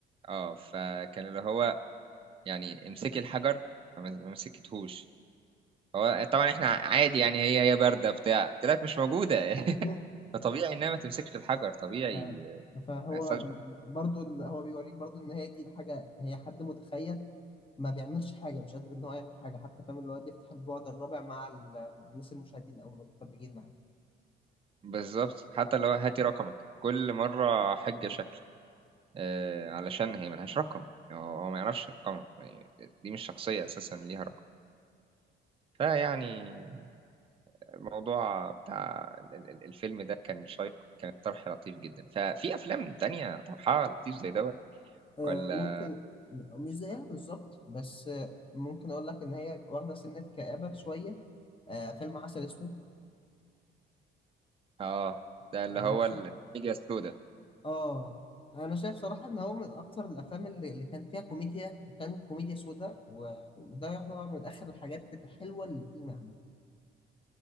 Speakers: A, on the right; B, on the left.
A: اه فكان اللي هو يعني امسكي الحجر فما ما مسكتهوش هو طبعا احنا عادي يعني هي هي بارده بتاع طلعت مش موجوده
B: مم.
A: <laughs> فطبيعي انها ما تمسكش الحجر طبيعي
B: ف- فهو
A: ما يحصلش
B: برضو إن هو بيوريك برضو إن هي دي الحاجة هي حد متخيل ما بيعملش حاجة مش قادر إن هو يعمل حاجة حتى فاهم اللي هو بيفتح البعد الرابع مع ال- مع الناس المشاهدين أو المتفرجين معاه
A: بالظبط حتى لو هاتي رقمك كل مره حجه شكل آه علشان هي ملهاش رقم هو هو ما يعرفش رقمها دي مش شخصيه اساسا ليها رقم فيعني الموضوع بتاع ال- ال- ال- الفيلم ده كان شيق كان طرح لطيف جدا ففي افلام تانية طرحها لطيف زي دوت
B: آه،
A: ولا
B: ممكن مش زيها بالظبط بس آه، ممكن اقول لك ان هي واخده سنه كآبه شويه آه، فيلم عسل اسود
A: اه ده
B: انا
A: اللي هو
B: شا...
A: الميديا السوداء
B: اه انا شايف صراحه ان هو من اكتر الافلام اللي, اللي كان فيها كوميديا وكان كوميديا سودا و... وده يعتبر من اخر الحاجات الحلوه اللي حلمي عملها